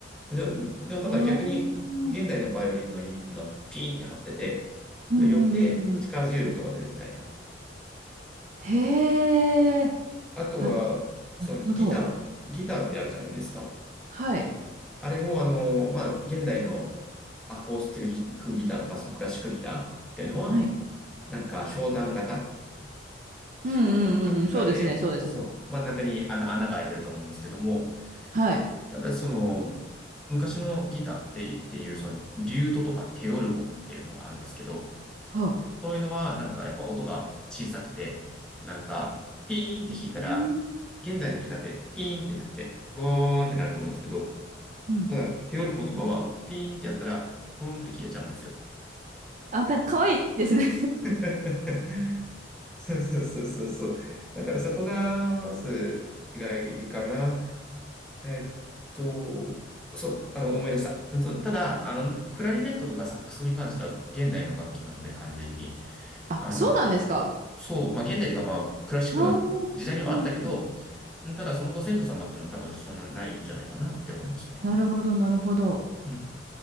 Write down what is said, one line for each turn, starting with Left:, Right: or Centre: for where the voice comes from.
Centre: で、でもただ逆に、
Right: おー。
Centre: 現代のバイオリンの弓っていうのはピーンって張ってて、
Right: うんうんうんうん。
Centre: で、よって力強い音が出るみたいな。
Right: へえ。
Centre: あとは、
Right: あ、なるほど。
Centre: そのギターギターってあるじゃないですか。
Right: はい。
Centre: あれも、あの、まあ、現代のアコースティックギターとか、そのクラシックギターっていうのは、
Right: はい。
Centre: なんか、ひょうたん型、
Right: うんうんうんうん。
Centre: ひょうたん型で、
Right: そうですね、そうですね。
Centre: そう、真ん中にあの穴が開いてると思うんですけども、
Right: はい。
Centre: ただ、その、昔のギターで、っていう、その、リュートとかテオルボっていうのがあるんですけど、
Right: はあ。
Centre: そういうのは、なんかやっぱ音が小さくて、なんか、ピーンって弾いたら、
Right: うん
Centre: 現代のギターってピーンってやって、ボーンってなると思うんですけど、
Right: うん
Centre: ただ、テオルポとかは、
Right: うんうん。
Centre: ピーンってやったら、ふーんって消えちゃうんですよ。
Right: あ、なんか可愛いですね。
Centre: <laughs> そうそうそうそうそう。だからそこが、まず、違いかな。えっと、そう、あの、思い出した。そうただ、あの、クラリネットとかサックスに関しては現代の楽器なので完全に。
Right: <laughs> あ、
Centre: あの、
Right: そうなんですか。
Centre: そう、まあ現代というかまあクラシックの時代にはあったけど、
Right: ああ。うんうん。
Centre: うんただそのご先祖様っていうのは多分そんなないんじゃないかなって思いますね。
Right: なるほど、なるほど。
Centre: うん。